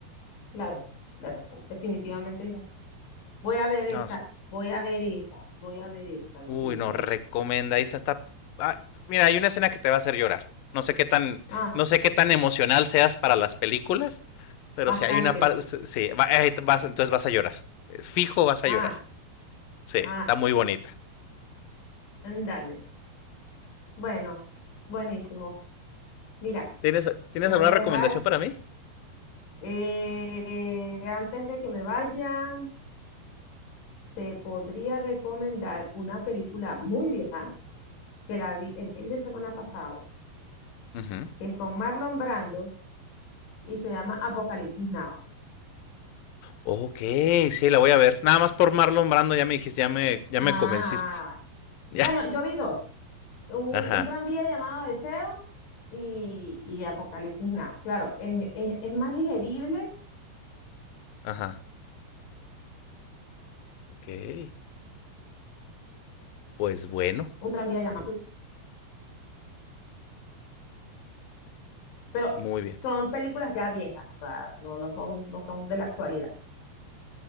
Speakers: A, on the left; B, on the left.
A: claro, claro, definitivamente es así. Voy a ver esa,
B: No,
A: voy a ver esa, voy a ver esa, definitivamente.
B: Uy, no, recomendáis hasta. Ah, mira, hay una escena que te va a hacer llorar. No sé qué tan,
A: Ah,
B: no sé qué tan emocional seas para las películas, pero
A: bastante.
B: si hay una parte, sí, va- eh, vas- entonces vas a llorar. Eh, Fijo vas
A: Ah,
B: a llorar. Sí, está
A: ah,
B: muy bonita.
A: dale. Bueno, buenísimo. Mira,
B: ¿Tienes, ¿tienes
A: te voy
B: alguna
A: a
B: recomendación
A: dejar
B: para mí?
A: eh, antes de que me vaya. te podría recomendar una película muy vieja que la vi el fin de semana pasado,
B: Ujú.
A: que es con Marlon Brando y se llama Apocalipsis Now.
B: Ok, sí, la voy a ver. Nada más por Marlon Brando ya me dijiste, ya me, ya
A: Ah,
B: me convenciste. <laughs> Ya.
A: bueno, yo vi dos, un,
B: Ajá,
A: un tranvía llamado Deseo y, y Apocalipsis Now. Claro, es, es, es más digerible
B: ajá. Ok. Pues bueno,
A: un tranvía llamado, sí, pero
B: muy bien.
A: son películas ya viejas, o sea, no, no son, no son de la actualidad.